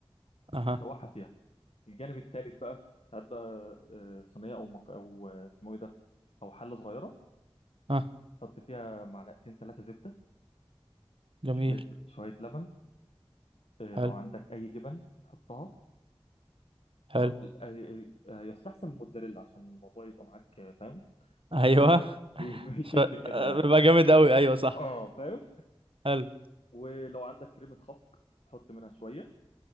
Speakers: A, on the right; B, on the left.
A: اها
B: وشوحها فيها الجانب التالت بقى هات بقى آه، صينيه او مك... او آه، اسمه ايه ده او حله صغيره
A: اه
B: حط فيها معلقتين ثلاثه زبده
A: جميل
B: شويه شويه لبن آه،
A: حلو
B: لو عندك اي جبن حطها
A: حلو
B: تمام آه، آه، آه، يستحسن الموتزاريلا عشان الموضوع يبقى معاك آه، فاهم
A: ايوه
B: آه، بي- <laughs>
A: ف...
B: بيشد كده
A: آه،
B: يعني
A: بيبقى جامد قوي ايوه صح
B: اه فاهم
A: حلو
B: ولو عندك كريمة خفق حط منها شوية